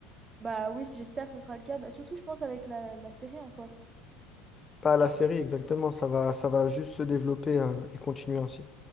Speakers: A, on the right (about 25°); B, on the left (about 25°).
A: Bah oui, j'espère que ce sera le cas. Bah, surtout, je pense, avec la, la série en soi.
B: Pas à la série, exactement. Ça va, ça va juste se développer, euh, et continuer ainsi.